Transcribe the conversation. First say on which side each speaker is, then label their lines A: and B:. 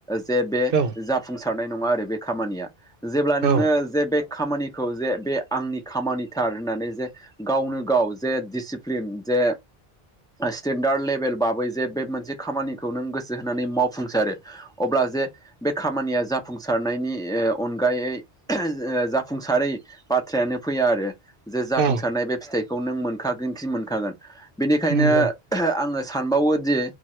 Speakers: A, in the centre; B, on the right.
A: जे बे
B: औ
A: जाफुंसारनाय नङा आरो बे खामानिया जेब्ला
B: औ
A: नोङो जे बे खामानि खौ जे बे आंनि खामानिथार होननानै जे गावनो गाव जे दिडसिप्लिन जे स्टेेनडार्द लेभेल बाबै जे बे मोनसे खामानिखौ नों गोसो होनानै मावफुंसारो अब्ला जे बे खामानिया जाफुंसारनायनि अनगायै जा जाफुंसारै बाथ्रायानो फैया आरो जे जाफुंसारनाय
B: औ
A: बे फिथाइ खौ नों मोनखागोन खि मोनखागोन बेनिखायनो
B: नंगौ
A: आङो सानबावो दि